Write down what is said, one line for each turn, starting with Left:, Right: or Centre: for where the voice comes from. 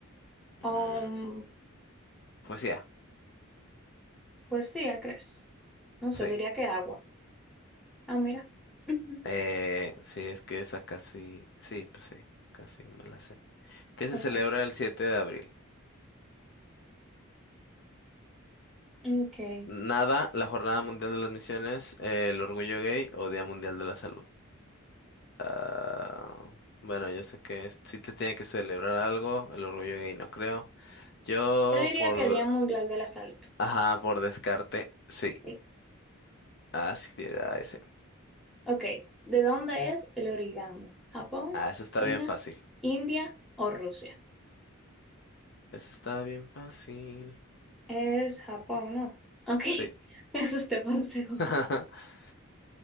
Centre: Um,
Left: Mm, pues ya,
Centre: poesía, ¿crees? No
Left: sí.
Centre: sé, diría que agua. Ah, mira. <laughs> Ujú.
Left: Eh, sí, es que esa casi. Sí, pues sí, casi me la sé. ¿Qué se
Centre: Ok.
Left: celebra el 7 de abril?
Centre: Ok.
Left: Nada, la Jornada Mundial de las Misiones, eh, el Orgullo Gay o Día Mundial de la Salud. Ah, bueno, yo sé que es- sí te tiene que celebrar algo, el Orgullo Gay no creo. Yo
Centre: Yo diría
Left: por,
Centre: que Día Mundial de la Salud.
Left: ajá, por descarte, sí,
Centre: Sí.
Left: así era ese.
Centre: Ok, ¿de dónde es el origami? ¿Japón,
Left: Ah, eso está
Centre: China,
Left: bien fácil.
Centre: India o Rusia?
Left: Eso está bien fácil.
Centre: Es Japón, ¿no? Ok, <laughs>
Left: Sí.
Centre: me asusté por un segundo.
Left: <laughs>